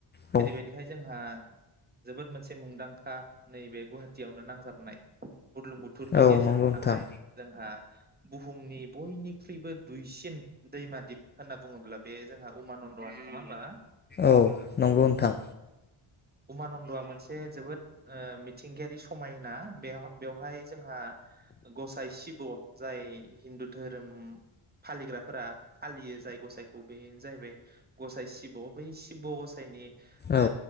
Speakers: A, on the left; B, on the right.
A: औ
B: जेरैबायदिहाय जोंहा जोबोद मोनसे मुंदांखा नैबे गुहा खुथियावनो नांजाबनाय बुर्लुंबुथुरनि
A: औ
B: गेजेराव
A: नंगौ
B: थानाय
A: नोंथां
B: जोंहा बुहुमनि बयनिख्रुइबो दुइसिन दैमा दिप होन्ना बुङोब्ला बे जोंहा उमानन्द'आनो नङा होमब्ला?
A: औ नंगौ नोंथां।
B: उमानन्द'आ मोनसे जोबोद ओ मिथिंगायारि स समायना बेव-बेवहाय जोंहा गसाइ शिब जाय हिन्दु धोरोम फालिग्राफोरा फालियो जाय गसाइखौ बेनो जाहैबाय गसाइ शिब। शिब गसाइनि ओ
A: औ